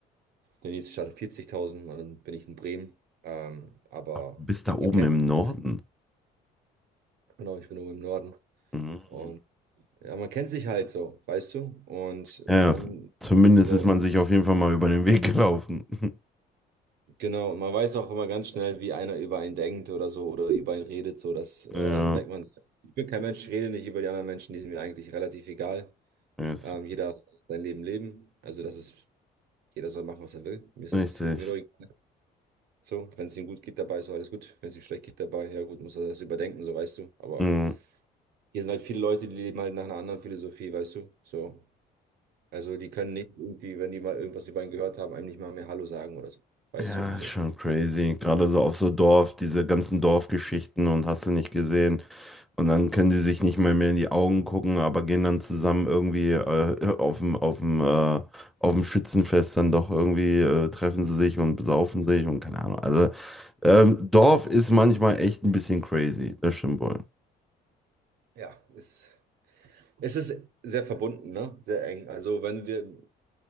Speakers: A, on the right; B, in the centre.
A: Der nächste Stadt hat 40.000 und dann bin ich in Bremen. Ähm, aber
B: Bis da
A: so,
B: oben
A: man kennt
B: im Norden.
A: sich ja. Genau, ich bin oben im Norden.
B: Mhm.
A: Und ja, man kennt sich halt so, weißt du? Und
B: Ja,
A: man,
B: ja. zumindest
A: so,
B: ist man sich auf jeden Fall mal über den Weg gelaufen. <laughs>
A: Genau, und man weiß auch immer ganz schnell, wie einer über einen denkt oder so oder über einen redet, so das
B: Ja,
A: äh, merkt man. Ich bin kein Mensch, ich rede nicht über die anderen Menschen, die sind mir eigentlich relativ egal.
B: ist
A: Ähm, jeder soll sein Leben leben, also das ist, jeder soll machen, was er will. Mir ist
B: richtig.
A: es nicht mir doch egal. So, wenn es ihm gut geht dabei, ist alles gut. Wenn es ihm schlecht geht dabei, ja gut, muss er das überdenken, so weißt du. Aber
B: Mhm.
A: hier sind halt viele Leute, die leben halt nach einer anderen Philosophie, weißt du. So, also die können nicht irgendwie, wenn die mal irgendwas über ihn gehört haben, einem nicht mal mehr Hallo sagen oder so, weißt
B: Ja,
A: du, so.
B: ist schon crazy. Gerade so auf so Dorf, diese ganzen Dorfgeschichten und hast du nicht gesehen. Und dann können die sich nicht mal mehr in die Augen gucken, aber gehen dann zusammen irgendwie äh, <laughs> auf dem, auf dem, äh, auf dem Schützenfest dann doch irgendwie, äh, treffen sie sich und besaufen sich und keine Ahnung. Also ähm, Dorf ist manchmal echt ein bisschen crazy, das stimmt wohl.
A: Ja, ist Es ist sehr verbunden, ne? Sehr eng. Also wenn du dir,